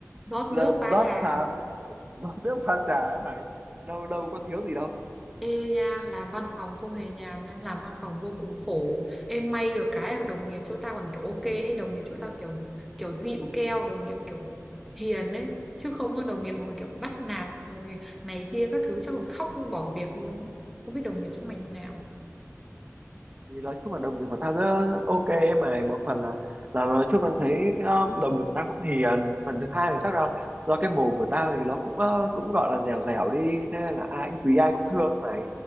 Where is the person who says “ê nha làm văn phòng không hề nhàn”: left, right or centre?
Centre